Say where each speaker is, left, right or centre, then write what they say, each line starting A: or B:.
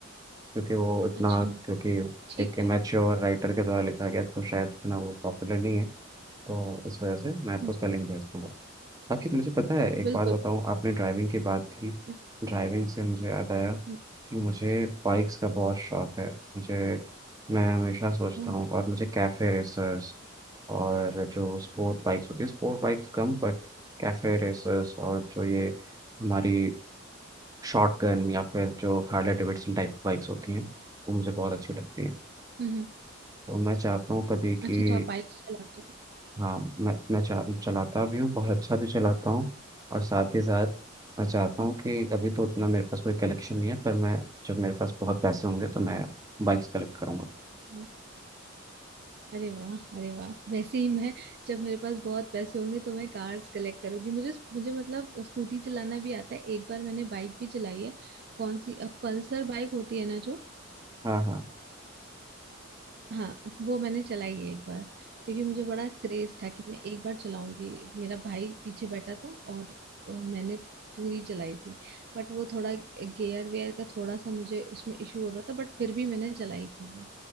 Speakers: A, on the right (about 15°); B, on the right (about 50°).
A: क्योंकि वो इतना
B: अच्छा
A: क्योंकि
B: ठीक
A: एक
B: है
A: मैच्योर राइटर के द्वारा लिखा गया तो शायद इतना वो पॉपुलर नहीं है तो इस वजह से मैं आपको
B: हम्म
A: उसका लिंक भेज दूंगा बाकी मुझे पता है एक
B: बिल्कुल
A: बात बताऊँ
B: बिल्कुल
A: आपने ड्राइविंग की बात की
B: हम्म
A: ड्राइविंग से मुझे याद आया
B: हम्म,
A: कि मुझे बाइक्स का बहुत शौक है मुझे मैं हमेशा सोचता
B: ओह,
A: हूँ और मुझे कैफे रेसर्स और जो स्पोर्ट बाइक्स होती है स्पोर्ट बाइक्स कम बट कैफे रेसर्स और जो ये हमारी शॉटगन या फिर जो हार्ले डेविडसन टाइप बाइक्स होती हैं वो मुझे बहुत अच्छी लगती हैं
B: हम्म, हम्म।
A: तो मैं चाहता हूँ कभी
B: अच्छा
A: कि
B: तो आप बाइक चलाते हो
A: हाँ मैं मैं चा, चलाता भी हूँ बहुत अच्छा भी चलाता हूँ और साथ ही साथ मैं चाहता
B: हम्म,
A: हूँ कि अभी तो उतना मेरे पास कोई कलेक्शन नहीं है पर मैं जब मेरे पास बहुत पैसे होंगे तो मैं बाइक्स कलेक्ट करूँगा
B: हम्म। अरे वाह अरे वाह वैसे ही मैं जब मेरे पास बहुत पैसे होंगे तो मैं कार्स कलेक्ट करूंगी मुझे मुझे मतलब स्कूटी चलाना भी आता है एक बार मैंने बाइक भी चलाई है कौन सी अब पल्सर बाइक होती है ना जो
A: हाँ हाँ
B: हाँ वो मैंने चलाई है एक बार क्योंकि मुझे बड़ा क्रेज था कि मैं एक बार चलाऊंगी मेरा भाई पीछे बैठा था और अ, मैंने पूरी चलाई थी बट वो थोड़ा गियर वेयर का थोड़ा सा मुझे उसमें इशू हो रहा था बट फिर भी मैंने चलाई थी वो